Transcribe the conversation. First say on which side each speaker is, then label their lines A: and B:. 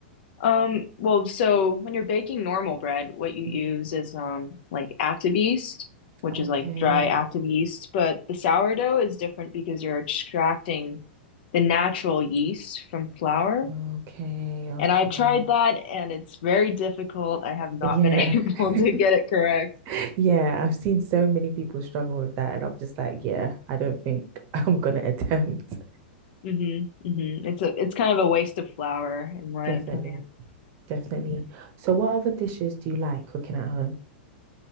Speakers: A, on the left; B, on the right.
A: Um well, so when you're baking normal bread, what you
B: Mhm.
A: use is um like active yeast, which
B: Okay.
A: is like dry active yeast, but the sourdough is different because you're extracting the natural yeast from flour.
B: Okay. Okay.
A: And I've tried that and it's very difficult. I have not
B: Yeah.
A: been <laughs> able
B: <laughs>
A: to get it correct.
B: Yeah. I've seen so many people struggle with that. And I'm just like, yeah, I don't think <laughs> I'm gonna attempt.
A: hmm hmm It's a it's kind of a waste of flour in my
B: Definitely.
A: opinion.
B: Definitely.
A: Mhm.
B: So what other dishes do you like cooking at home?